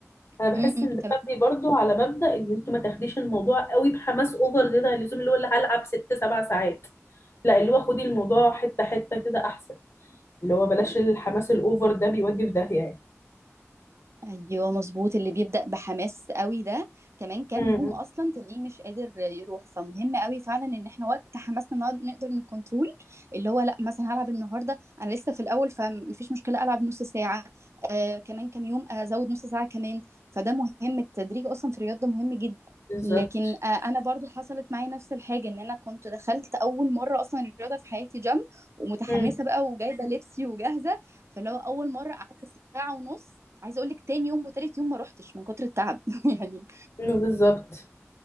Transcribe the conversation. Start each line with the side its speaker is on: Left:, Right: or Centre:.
Left: انا بحس
Right: م-
Left: ان
Right: م.
Left: ده مبني برضو على مبدأ ان انت ما تاخديش الموضوع قوي بحماس اوفر زياده عن اللزوم اللي هو اللي هلعب ست سبع ساعات لا اللي هو خدي الموضوع حته حته كده احسن اللي هو بلاش الحماس الأوفر ده بيودي في داهية يعني
Right: ايوه مظبوط اللي بيبدأ بحماس قوي ده كمان كام
Left: امم
Right: يوم اصلا تلاقيه مش قادر يروح فمهم قوي فعلا ان احنا وقت حماسنا نقعد- نقدر نكنترول اللي هو لا مثلا هلعب النهارده انا لسه في الاول فمفيش مشكله العب نص ساعه آه كمان كام يوم ازود نص ساعه كمان فده مهم التدريج اصلا في الرياضه مهم جدا
Left: بالظبط
Right: لكن آه انا برضو حصلت معايا نفس الحاجه ان انا كنت دخلت اول مره اصلا الرياضه في حياتي جيم ومتحمسه
Left: امم
Right: بقى وجايبه لبسي وجاهزه فاللي هو اول مره قعدت ساعه ونص عايزه اقول لك تاني يوم وتالت يوم ما روحتش من كتر التعب <laughs> يعني
Left: <laughs> بالظبط